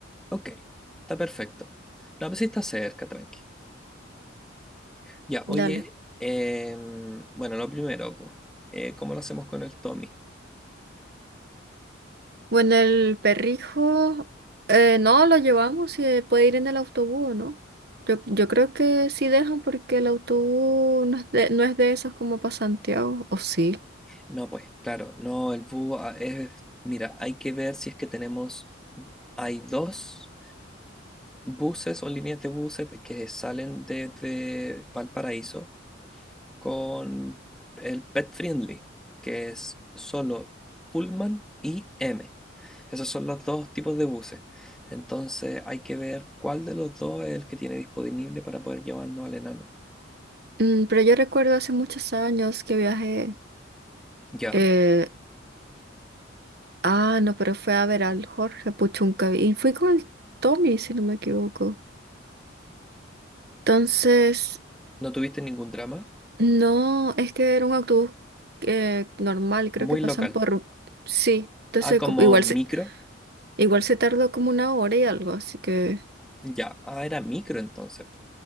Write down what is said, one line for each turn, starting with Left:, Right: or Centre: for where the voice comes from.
Centre: ok, está perfecto. No, pues sí está cerca, tranqui. Ya,
Right: Dale.
Centre: oye, em, bueno, lo primero, pues, eh, ¿cómo lo hacemos con el Tommy?
Right: Bueno, el perrijo, eh, no, lo llevamos, si puede ir en el autobús, ¿no? Yo, yo creo que sí dejan porque el autobús no es de, no es de esos como para Santiago, o sí.
Centre: No, pues, claro, no, el bus ah, es, mira, hay que ver si es que tenemos, hay dos buses o líneas de buses de- que salen desde Valparaíso con el Pet Friendly, que es solo Pullman y M. Esos son los dos tipos de buses. Entonces hay que ver cuál de los dos es el que tiene disponible para poder llevarnos al enano.
Right: Mm, pero yo recuerdo hace muchos años que viajé,
Centre: Ya,
Right: eh, ah, no, pero fue a ver al Jorge Puchunca y fui con el Tommy, si no me equivoco. Entonces,
Centre: no tuviste ningún drama,
Right: no, es que era un autobús eh, normal, creo
Centre: muy
Right: que pasan
Centre: local.
Right: por, sí, entonces
Centre: Ah, como
Right: co- igual
Centre: micro.
Right: se- Igual se tardó como una hora y algo, así que...
Centre: Ya, ah, era micro entonces. po.